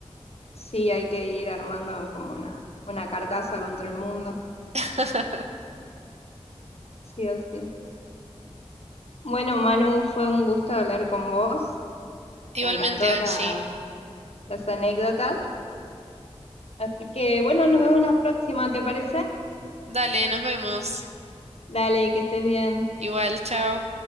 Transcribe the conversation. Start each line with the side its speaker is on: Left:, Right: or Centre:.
Left: Sí, hay que ir armando como una, una carcasa contra el mundo,
Right: <laughs>
Left: sí o sí. Bueno, Manu, fue un gusto hablar con vos.
Right: Igualmente,
Left: Me encantó
Right: Angie.
Left: la- las anécdotas. Así que bueno, nos vemos la próxima, ¿te parece?
Right: Dale, nos vemos.
Left: Dale, que estés bien.
Right: Igual, chao.